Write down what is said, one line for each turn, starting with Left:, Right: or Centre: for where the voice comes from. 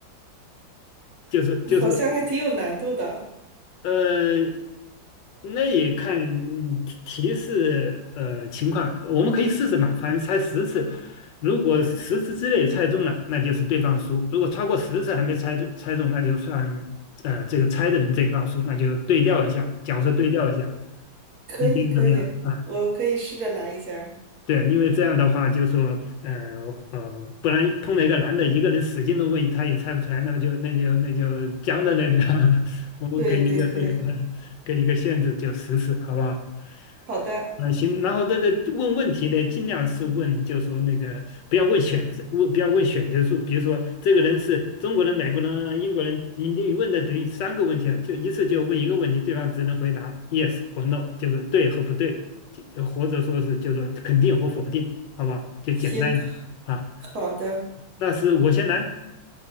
Left: 就是就是
Right: <laughs> 好像还挺有难度的。
Left: 呃，那也看嗯提提示呃情况，我们可以试试嘛，反正猜十次，如果十次之内猜中了，那就是对方输；如果超过十次还没猜中猜中，那就算呃这个猜的人这一方输，那就对调一下，角色对调一下，
Right: 可以，
Left: 你觉得怎么样？
Right: 可以，
Left: 啊？
Right: 我可以试着来一下儿
Left: 对，因为这样的话，就说，呃呃，不然碰到一个男的，一个人使劲的问，他也猜不出来，那么就那就那就僵在那里了。<laughs> 我们给一个这个
Right: 对，对，对，
Left: 给一个限制，就实施，好不好？
Right: 好的，
Left: 啊，行，然后这个问问题呢，尽量是问，就是说那个不要问选择，问不要问选择数。比如说，这个人是中国人、美国人、英国人，你你问的等于三个问题了，就一次就问一个问题，对方只能回答 yes 或 no，就是对和不对。就呃或者说是就说肯定和否定，好吧，就简单一点啊。
Right: 行，好的，
Left: 那是我先来，